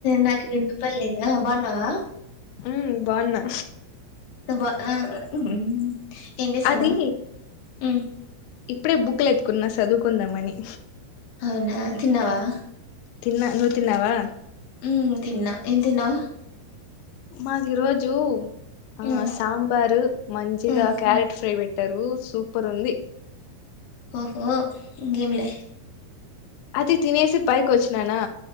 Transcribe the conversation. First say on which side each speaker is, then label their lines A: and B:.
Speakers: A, on the left; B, on the left.
A: నాకు విన్నం పనిలేదా బాగున్నావా
B: మ్మ్ బాగున్నా
A: <unintelligible> చేస్తున్నావ్
B: అది
A: హ్మ్
B: ఇప్పుడే బుక్ లు ఎత్తుకున్నా చదువుకుందాంమని
A: అవునా తిన్నావా
B: తిన్నా నువ్వు తిన్నావా
A: హు తిన్నా ఏం తిన్నావు
B: మాకు ఈరోజు ఆ
A: హ్మ్
B: సాంబారు మంచిగా
A: హ్మ్
B: క్యారెట్ ఫ్రై పెట్ పెట్టారు సూపర్ ఉంది
A: ఓహో ఇంగే ఎం లే
B: అది తినేసి పైకి వచ్చననా